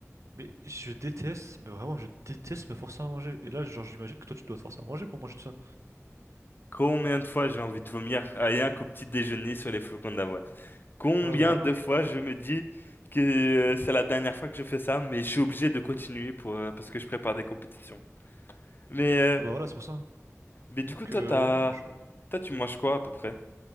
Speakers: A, on the right; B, on the left.
A: Mais je déteste, mais vraiment, je déteste me forcer à manger. Et là, genre, j'imagine que toi, tu dois te forcer à manger pour manger tout ça.
B: Combien de fois j'ai envie de vomir rien qu'au petit déjeuner sur les flocons d'avoine? Combien
A: Ouais, bah voilà.
B: de fois je me dis que euh, c'est la dernière fois que je fais ça, mais je suis obligé de continuer pour euh, parce que je prépare des compétitions. Mais euh,
A: Ah bah voilà, c'est pour ça.
B: mais du
A: Donc,
B: coup toi
A: euh,
B: t'as
A: non, moi, je...
B: toi tu manges quoi à peu près?